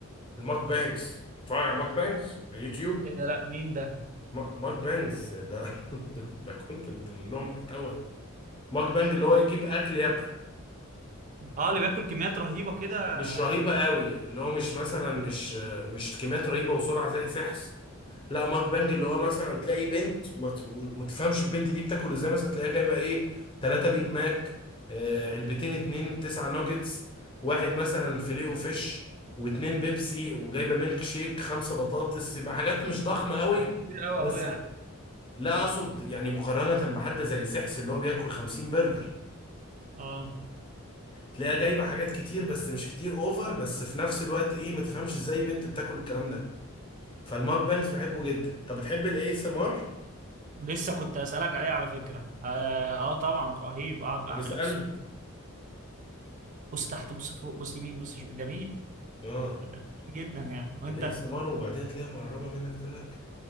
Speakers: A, on the left; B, on the right.
A: الماك بانجز اتفرج على ماك بانجز على يوتيوب
B: ايه ده لا مين ده
A: ما- ماك بانجز ده <laughs> ده كونتنت من نوع محتوى ماك بانج اللي هو يجيب اكل ياكل
B: اه اللي بياكل كميات رهيبة كده
A: مش رهيبه
B: و-
A: قوي اللي هو مش مثلا مش مش كميات رهيبه وسرعه زي سحس لا ماك بانج اللي هو مثلا تلاقي بنت وما ت- وما تفهمش البنت دي بتاكل ازاي مثلا تلاقيها جايبه ايه ثلاثة بيج ماك آه، علبتين اتنين تسعة ناجتس واحد مثلا فيليه وفيش واتنين بيبسي وجايبه ميلك شيك خمسة بطاطس يبقى حاجات مش ضخمة قوي
B: وكتير قوي
A: بس
B: اهو يعني
A: لا اقصد يعني مقارنة بحد زي سحس اللي هو بياكل 50 برجر
B: اه
A: تلاقيها جايبه حاجات كتير بس مش كتير اوفر بس في نفس الوقت ايه ما تفهمش ازاي بنت بتاكل الكلام ده فالماك بانجز بحبه جدا طب بتحب الاي اس ام ار؟
B: لسه كنت اسالك عليه على فكره اه, آه طبعا رهيب اقعد بقى
A: طب
B: اعمل
A: اسألني
B: اكسر بص تحت بص فوق بص يمين بص شمال. جميل
A: اه
B: جميل جدا يعني وانت
A: تلاقيه سمر وبعدين تلاقيها مقربه منك تقول لك